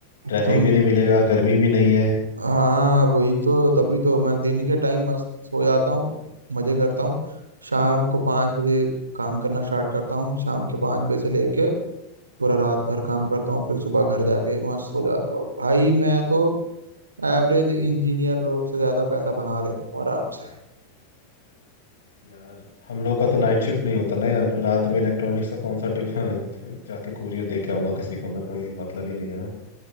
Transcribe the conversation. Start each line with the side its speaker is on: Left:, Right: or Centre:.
Left: ट्रैफिक
Right: तुम
Left: भी नहीं मिलेगा गर्मी भी नहीं है
Right: हाँ वही तो तभी तो मैं दिन के टाइम मस्त सो जाता
Left: हम्म,
Right: हूँ मजे करता हूँ शाम को पाँच बजे काम करना स्टार्ट करता हूँ शाम के पाँच बजे से लेके पूरा रात भर काम करता हूँ फिर सुबह घर जाके वहां सो जाता हूँ भाई मैं तो एवरेज
Left: सही है।
Right: इंजीनियर लोग से ज्यादा पैसा बना लेता हूँ आराम से
Left: यार हम लोग का तो नाइट शिफ्ट नहीं होता ना यार रात में इलेक्ट्रॉनिक्स का कौन सा टिफ- <laughs> जाके कुरियर दे के आऊंगा किसी को मैं कोई मतलब ही नहीं है ना